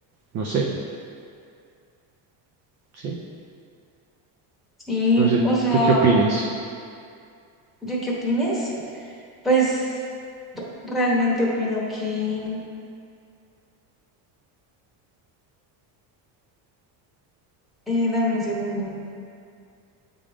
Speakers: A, on the right; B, in the centre.
A: no sé, sí,
B: Sí,
A: no sé,
B: o sea,
A: ¿tú qué opines?
B: ¿Yo qué opines? Pues r- realmente opino que, eh, dame un segundo.